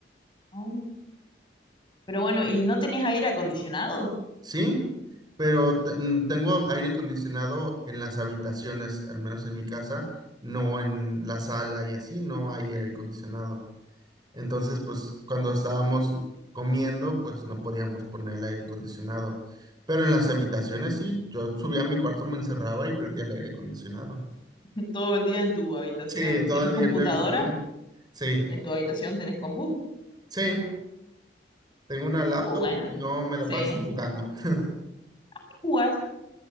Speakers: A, on the left; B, on the right.
A: No. Pero bueno, ¿y no tenés aire acondicionado
B: Sí, pero te- mm, tengo aire acondicionado en las habitaciones, al menos en mi casa, no en la sala y así no hay aire acondicionado. Entonces, pues cuando estábamos comiendo, pues no podíamos poner el aire acondicionado. Pero en las habitaciones sí, yo subía a mi cuarto, me encerraba y prendía el aire acondicionado.
A: <laughs> todo el día en tu habitación?
B: Sí, todo
A: ¿Tenés
B: el
A: computadora
B: día en mi habitación. Sí,
A: en tu habitación? ¿Tenés compu?
B: sí, tengo una laptop
A: Uh, bueno,
B: y si no me la
A: sí.
B: paso jugando. <laughs>
A: ¿Qué jugás?